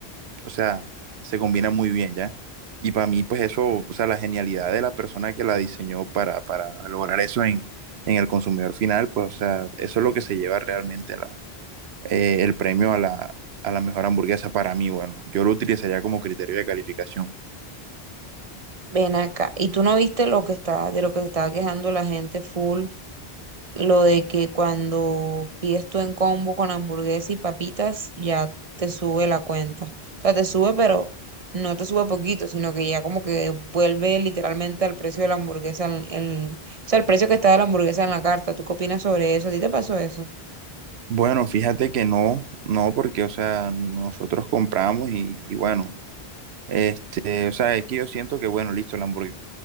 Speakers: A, on the right; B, on the right.
A: o sea, se combina muy bien, ¿ya? Y para mí, pues eso, o sea, la genialidad de la persona que la diseñó para, para lograr eso en, en el consumidor final, pues, o sea, eso es lo que se lleva realmente la, eh, el premio a la, a la mejor hamburguesa para mí, bueno, yo lo utilizaría como criterio de calificación.
B: Ven acá. ¿Y tú no viste lo que está, de lo que estaba quejando la gente full? Lo de que cuando pides tú en combo con hamburguesa y papitas, ya te sube la cuenta. O sea, te sube, pero no te sube poquito, sino que ya como que vuelve literalmente al precio de la hamburguesa, el, el- o sea, el precio que está de la hamburguesa en la carta. ¿Tú qué opinas sobre eso? ¿A ti te pasó eso?
A: Bueno, fíjate que no, no, porque, o sea, nosotros compramos y, y bueno, Este, o sea, es que yo siento que, bueno, listo, la hamburguesa